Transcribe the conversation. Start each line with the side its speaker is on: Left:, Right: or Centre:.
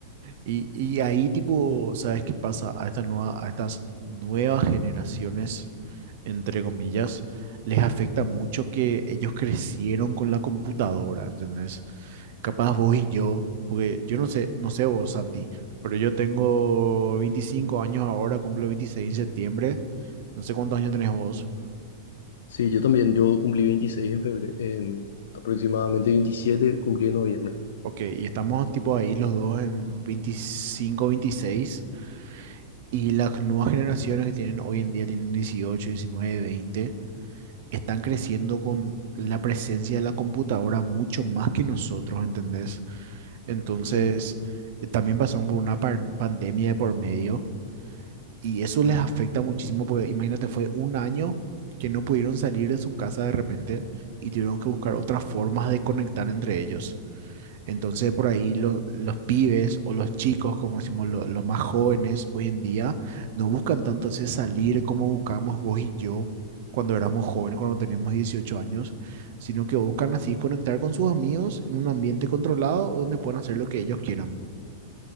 Right: Y, y ahí tipo, ¿sabes qué pasa? A esta nueva, a estas nuevas generaciones, entre comillas, les afecta mucho que ellos crecieron con la computadora, ¿entendés? Capaz vos y yo, porque yo no sé, no sé vos, Santi, pero yo tengo 25 años ahora, cumplo 26 en septiembre, no sé cuántos años tenés vos.
Left: Sí, yo también, yo cumplí 26 en febrero, en aproximadamente 27 cumplí en noviembre.
Right: Ok, y estamos tipo ahí los dos en veinticinco, veintiséis y las nuevas generaciones que tienen hoy en día tienen 18, 19, 20. están creciendo con la presencia de la computadora mucho más que nosotros, ¿entendés? Entonces,
Left: Sí.
Right: eh, también pasaron por una par- pandemia de por medio y eso les afecta muchísimo porque imagínate, fue un año que no pudieron salir de su casa de repente y tuvieron que buscar otras formas de conectar entre ellos. Entonces, por ahí lo- los pibes o los chicos, como decimos, lo- los más jóvenes hoy en día, no buscan tanto ese salir como buscábamos vos y yo cuando éramos jóvenes, cuando teníamos 18 años, sino que buscan así conectar con sus amigos en un ambiente controlado donde puedan hacer lo que ellos quieran,